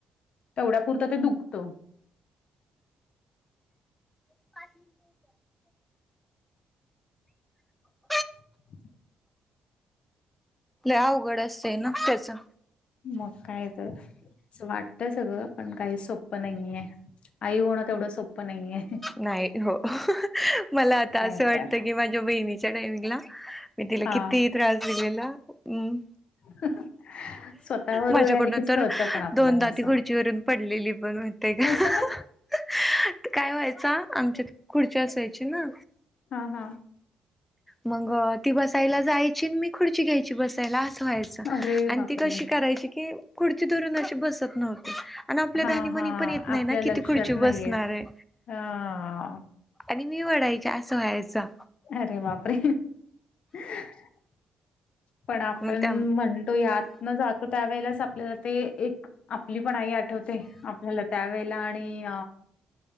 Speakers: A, on the left; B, in the centre.
A: तेवढ्या पुुरतं ते दुखतं.
B: <unintelligible>
A: <unintelligible>
B: लई अवघड असतंय <unintelligible> ना त्याचं.
A: मग काय तर अस वाटत सगळं पण काही सोप्पं नाहीे ये आई होणं तेवढं सोपं नाहीेये.
B: नाही हो <unintelligible> मला आता
A: काय
B: असं वाटत
A: तर
B: की माझ्या बहिणीच्या टायमिंगला मी तिला
A: हा
B: किती <unintelligible> त्रास दिलेला हम्म
A: <unintelligible>
B: माझ्याकडनून
A: वेळ आली कीच
B: तर
A: कळतं पण आपल्याला
B: दोनदा
A: असं
B: ती खुर्चीवरून पडलेली पण माहिती ये का
A: कसं काय?
B: <unintelligible> काय व्हायचा आमच्यात खुर्ची असायची ना
A: हा हा
B: मग ती बसायला जायची अन् मी खुर्ची घ्यायची बसायला असं व्हायचं.
A: अरे
B: आणि
A: बापरे!
B: ती कशी करायची कि खुर्ची धरून अशी बसत नव्हती. आणि आपल्या
A: हां
B: ध्यानीमनी
A: हां
B: पण येत नाही
A: आपल्या
B: ना की
A: लक्षात
B: ती खुर्ची
A: नाही
B: बसणार
A: येत.
B: ये.
A: हां.
B: आणि मी वडाय ची असं व्हायचं.
A: अरे बापरे. ह <unintelligible> पण आपण
B: मग त्या
A: म्हणतो, यात न जातो त्यावेेळेला आपल्याला ते एक, आपली पण आई आठवते आपल्याला त्यावेेळेला आणि